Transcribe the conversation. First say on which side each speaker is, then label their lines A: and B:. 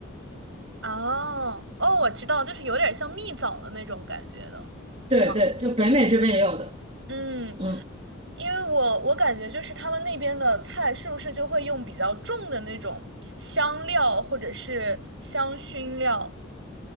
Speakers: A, on the right; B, on the right.
A: 哦哦，我知道，就是有点像蜜枣的那种感觉的吗？
B: 对对，就北美这边也有的，
A: 嗯，
B: 嗯。
A: 因为我我感觉就是他们那边的菜是不是就会用比较重的那种香料或者是香薰料